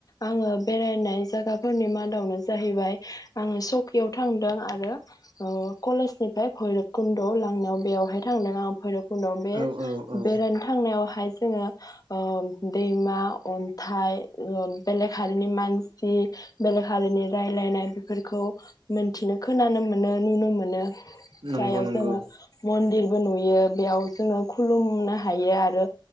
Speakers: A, on the left (about 45°); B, on the right (about 70°).
A: आङो बेरायनाय जायगाफोरनि मादावनो जाहैबाय आङो सकियाव थांदों आरो ओ कलेजनिफ्राय भैरब कुन्दआव लांनायाव बेयावहाय थांदों आं भैरब उनाव बे
B: औ औ औ
A: बेरायनो थांनायावहाय जोङो ओ दैमा अन्थाइ ओ बेलेक हारिनि मानसि बेलेक हारिनि रायलायनाय बेफोरखौ मोनथिनो खोनानो मोन नो
B: नंगौ
A: जायाव
B: नंगौ
A: जोङो मन्दिर बो नुयो बेयाव जोङो खुलुमनो हायो आरो